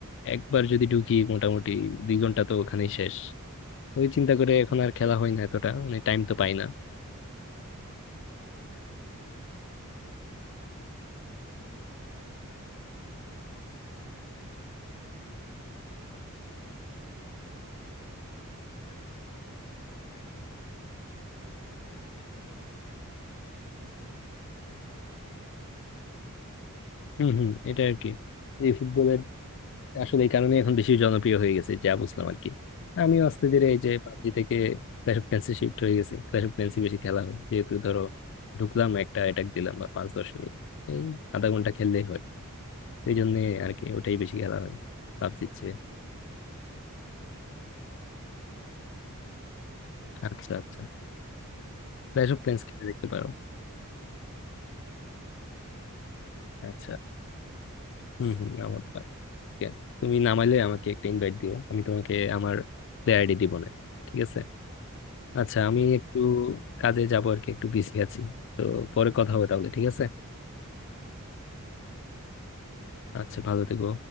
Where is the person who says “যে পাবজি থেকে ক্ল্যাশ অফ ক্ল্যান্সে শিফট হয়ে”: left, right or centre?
Left